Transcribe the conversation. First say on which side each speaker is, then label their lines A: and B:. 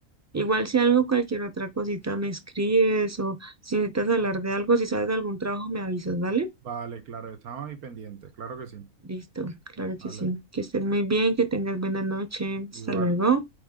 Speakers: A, on the right; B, on the right.
A: Igual si algo, cualquier otra cosita me escribes o si necesitas hablar de algo, si sabes de algún trabajo, me avisas, ¿dale?
B: Vale, claro, estamos ahí pendientes, claro que sí.
A: Listo, claro
B: Vale,
A: que sí. Que estés muy bien, que tengas buena noche.
B: igual.
A: Hasta luego.